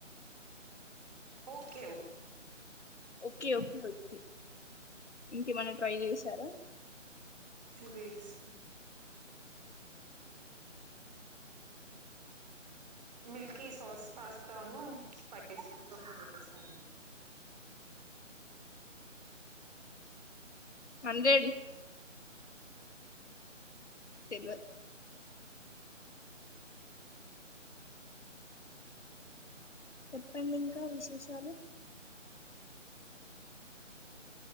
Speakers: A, on the right; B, on the left.
A: ఒకే ఒ
B: ఒకే ఒకే ఒకే ఇంకేమైనా ట్రై చేశారా
A: రేష్మి మిల్కీ సాస్ పాస్తాను స్పైసీ రెండు చేశానండి
B: హండ్రెడ్ తెల్వదు చెప్పడింకా విశేషాలు